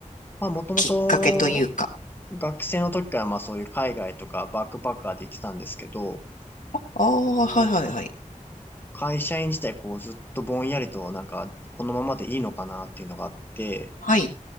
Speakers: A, on the left (about 15°); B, on the left (about 80°).
A: まあ、もともと、
B: きっかけというか。
A: 学生の時からまあそういう海外とかバックパッカーで行ってたんですけど、
B: ああ、
A: こう
B: はいはいはい。
A: 会社員自体こうずっとぼんやりとなんかこのままでいいのかなっていうのがあって、
B: はい。